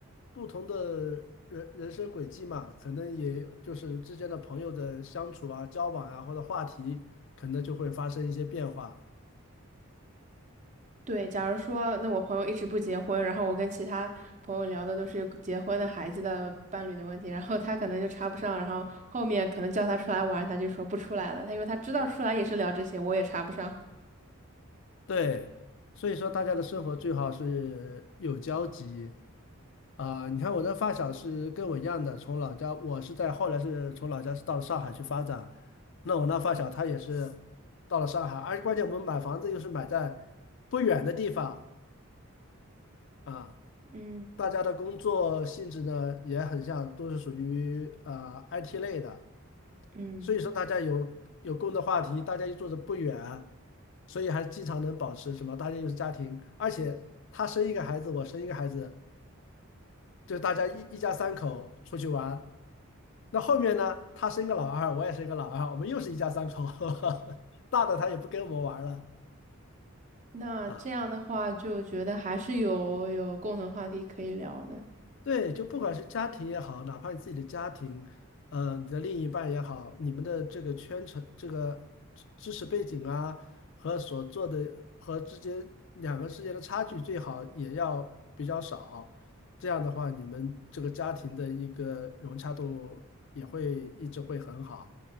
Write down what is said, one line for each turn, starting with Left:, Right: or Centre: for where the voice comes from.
Left: 不同的人人生轨迹嘛，可能也就是之间的朋友的相处啊、交往啊，或者话题，可能就会发生一些变化。
Right: 对，假如说，那我朋友一直不结婚，然后我跟其他朋友聊的都是结婚的孩子的伴侣的问题，然后他可能就插不上，然后后面可能叫他出来玩，他就说不出来了，他因为他知道出来也是聊这些，我也插不上。
Left: 对，所以说大家的生活最好是有交集啊、你看我的发小是跟我一样的，从老家，我是在后来是从老家是到了上海去发展，那我那发小他也是到了上海，而关键我们买房子又是买在不远的地方啊。
Right: 嗯
Left: 大家的工作性质呢也很像，都是属于啊、呃 IT 类的，
Right: 嗯，
Left: 所以说大家有有共同的话题，大家又住的不远，所以还经常能保持什么，大家又是家庭，而且他生一个孩子，我生一个孩子，就是大家一一家三口出去玩。那后面呢，他生个老二，我也生个老二，我们又是一家三口，<laughs> 大的他也不跟我们玩了。
Right: 那这样的话就觉得还是有有共同话题可以聊的。
Left: 啊。对，就不管是家庭也好，哪怕你自己的家庭，呃，你的另一半也好，你们的这个圈层、这个知知识背景啊，和所做的和之间两个之间的差距，最好也要比较少。这样的话，你们这个家庭的一个融洽度也会一直会很好。